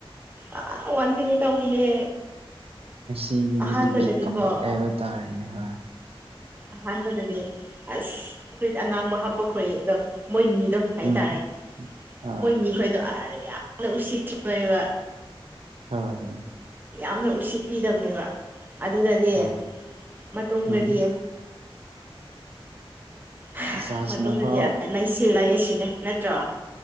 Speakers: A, on the right; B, on the right.
A: ꯑꯥ ꯋꯥꯟꯊꯒꯦ ꯇꯧꯕꯅꯦ
B: ꯁꯤꯒꯤꯗꯤ
A: ꯑꯍꯥꯟꯕꯗꯗꯤꯀꯣ
B: ꯏꯄꯤꯛ ꯀꯝꯕꯩ ꯀꯥꯏꯕ ꯇꯥꯔꯦꯅꯦ ꯍꯣꯏ
A: ꯑꯍꯥꯟꯕꯗꯗꯤ ꯑꯁ ꯐꯨꯔꯤꯠ ꯑꯉꯥꯡꯕ ꯍꯥꯞꯄ ꯈꯣꯏꯗꯣ ꯃꯣꯏꯃꯤꯗꯣ ꯍꯥꯏ
B: ꯎꯝ
A: ꯇꯥꯔꯦ
B: ꯍꯣꯏ
A: ꯃꯣꯏ ꯃꯤ ꯈꯣꯏꯗꯣ ꯑꯥꯏ ꯌꯥꯝꯅ ꯎꯁꯤꯠꯇꯔꯤꯅꯦꯕ
B: ꯍꯣꯢ ꯍꯣꯢ
A: ꯌꯥꯝꯅ ꯎꯁꯤꯠꯄꯤꯗꯕꯅꯦꯕ ꯑꯗꯨꯗꯗꯤ
B: ꯍꯣꯏ
A: ꯃꯇꯨꯡꯗꯗꯤ
B: ꯎꯝ
A: ꯍꯥ
B: ꯖꯍꯥꯖꯅꯐꯥꯎ
A: ꯃꯇꯨꯡꯗꯗꯤ ꯅꯩꯁꯤꯜꯂꯒꯦ ꯁꯤꯅꯦ ꯅꯠꯇ꯭ꯔꯣ